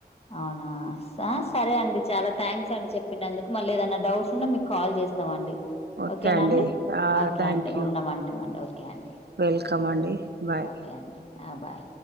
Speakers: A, on the left (about 35°); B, on the right (about 80°).
A: అవునా ఆ సరే అండి చాలా థ్యాంక్స్ అండి చెప్పినందుకు. మళ్ళీ ఏదైనా డౌట్స్ ఉన్నా మీకు కాల్ చేస్తామండి.
B: ఓకే
A: ఓకేనాండి
B: అండి
A: ఓకే
B: థ్యాంక్
A: అండి
B: యూ
A: ఉన్నామ అంటే ఇ్వండి ఓకే అండి
B: వెల్కమ్ అండి బాయ్
A: ఓకే అండి ఆ బాయ్